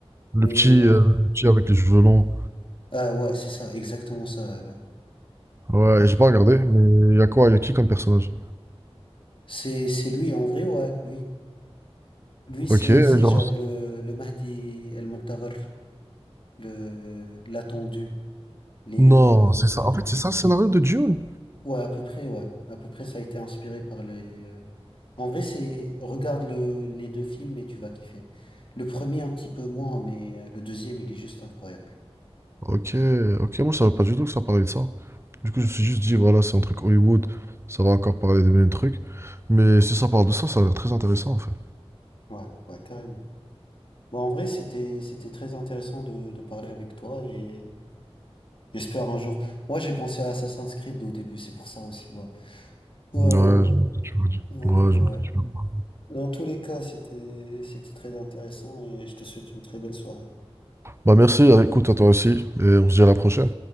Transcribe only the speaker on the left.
Mais,
euh,
ah ouais, c'est ça, exactement ça, ouais.
C'est, c'est lui, en vrai, ouais, lui. Lui, c'est,
c'est
genre le, le Mahdi El-Montavar, le, l'attendu, l'élu
de,
du peuple.
Ouais, à peu près, ouais. À peu près, ça a été inspiré par les... euh, En vrai, c'est... Regarde le, les deux films et tu vas kiffer. Le premier, un petit peu moins, mais euh, le deuxième, il est juste incroyable.
Ouais, ouais, carrément. Bon, en vrai, c'était c'était très intéressant de, de parler avec toi et j'espère un jour. Moi, j'ai pensé à Assassin's Creed au début, c'est pour ça aussi, ouais. Ouais,
ouais,
ouais.
En
vrai,
ouais.
Dans tous les cas, c'était c'était très intéressant et je te souhaite une très belle soirée.